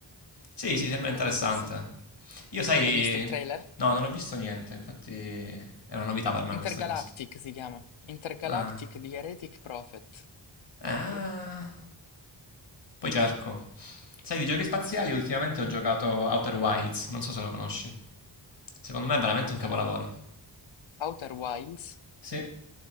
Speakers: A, on the left; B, on the left.
A: Sì, sì, sembra interessante.
B: potrebbe essere...
A: Io sai,
B: Hai visto il trailer?
A: no, non ho visto niente, infatti è una novità per me questa
B: Intergalactic
A: cosa.
B: si chiama. Intergalactic
A: Ah,
B: di Heretic Prophet.
A: ah.
B: Uh,
A: Poi cerco. Sai, di giochi spaziali ultimamente ho giocato Outer Wilds, non so se lo conosci. Secondo me è veramente
B: Outer,
A: un capolavoro.
B: Wi- Outer Wilds,
A: Sì,